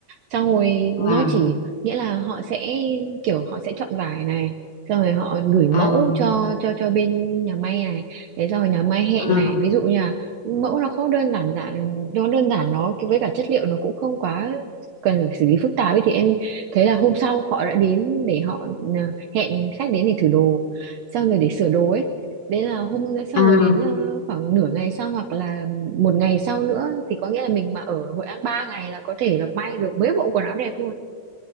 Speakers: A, on the right (about 70°); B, on the left (about 50°).
A: xong rồi nó
B: à
A: chỉ nghĩa là họ sẽ kiểu họ sẽ chọn vải này xong rồi họ gửi mẫu
B: à
A: cho cho cho bên nhà may này thế xong rồi nhà may hẹn
B: à
A: này ví dụ như là mẫu nó không đơn giản giản nó đơn giản nó với cả chất liệu nó cũng không quá cần phải xử lý phức tạp ấy thì em thấy là hôm sau họ đã đến để họ à, hẹn khách đến để thử đồ xong rồi để sửa đồ ấy đấy là hôm đấy xong
B: à
A: rồi đến ờ, khoảng nửa ngày sau hoặc là một ngày sau nữa thì có nghĩa là mình mà ở Hội An 3 ngày là có thể là may được mấy bộ quần áo đẹp luôn